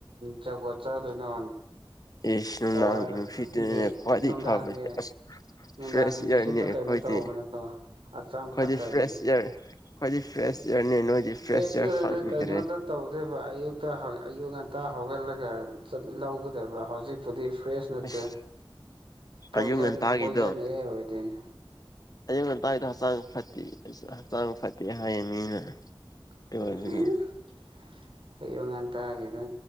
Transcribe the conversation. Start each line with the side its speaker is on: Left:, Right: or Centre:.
Right: ꯖꯨꯒꯣꯠ ꯆꯥꯗꯣꯏꯅꯣ
Left: ꯑꯦꯁ ꯅꯨꯡꯗꯥꯡꯒꯤ
Right: ꯄꯋꯥꯔ
Left: ꯅꯨꯡꯁꯤꯠꯇꯨꯅꯤꯅꯦ
Right: ꯃꯦ
Left: ꯈ꯭ꯋꯥꯏꯗꯒꯤ
Right: ꯅꯨꯡꯗꯥꯡꯒꯤ
Left: ꯐꯕꯁꯦ ꯑꯁ
Right: ꯅꯨꯡꯗꯥꯡꯒꯤ
Left: ꯐ꯭ꯔꯦꯁ
Right: ꯅꯨꯡꯁꯤꯠꯇꯣ
Left: ꯏꯌꯥꯔꯅꯤ ꯑꯩꯈꯣꯏꯗꯤ
Right: ꯀꯩꯅꯣ ꯇꯧꯕꯅꯦꯀꯣ ꯍꯛꯆꯥꯡ
Left: ꯑꯩꯈꯣꯏꯗꯤ
Right: ꯐꯠꯇꯕꯅꯦ
Left: ꯐ꯭ꯔꯦꯁ ꯏꯌꯥꯔ ꯑꯩꯈꯣꯏꯗꯤ ꯐ꯭ꯔꯦꯁ
Right: ꯎꯝ
Left: ꯏꯌꯥꯔꯅꯦ ꯅꯣꯏꯗꯤ
Right: ꯐ꯭ꯔꯦꯁ
Left: ꯏꯌꯥꯔ ꯐꯪꯗ꯭ꯔꯦ
Right: ꯑꯦꯔ ꯀꯩꯅꯣꯗ ꯇꯧꯗꯨꯏꯕ ꯑꯌꯨꯛꯇ ꯍꯥ ꯑꯌꯨꯛ ꯉꯟꯇꯥ ꯍꯧꯒꯠꯂꯒ ꯆꯠ ꯂꯧꯒꯗꯕ ꯍꯧꯖꯤꯛꯄꯨꯗꯤ ꯐ꯭ꯔꯦꯁ ꯅꯠꯇꯦ
Left: ꯑꯁ
Right: ꯄꯣꯏꯖꯟ
Left: ꯑꯌꯨꯛ ꯉꯟꯇꯥꯒꯤꯗꯣ
Right: ꯄꯣꯏꯖꯟ ꯑꯦꯌꯥꯔ ꯑꯣꯏꯗꯣꯏꯅꯦ
Left: ꯑꯌꯨꯛ ꯉꯟꯇꯥꯥꯒꯤꯗꯣ ꯍꯛꯆꯥꯡ ꯐꯠꯇꯦ ꯍꯛꯆꯥꯡ ꯐꯠꯇꯦ ꯍꯥꯏꯌꯦ ꯃꯤꯅ
Right: <unintelligible>
Left: ꯑꯗꯨ ꯑꯣꯏꯕꯒꯤ
Right: ꯇꯥꯒꯤꯗꯤ